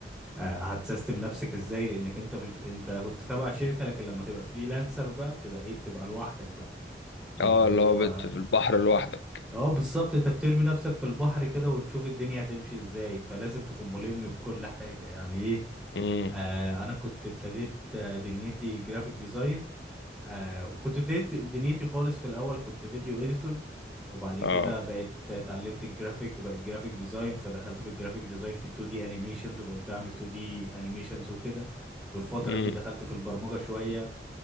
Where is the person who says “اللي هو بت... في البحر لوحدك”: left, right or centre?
Left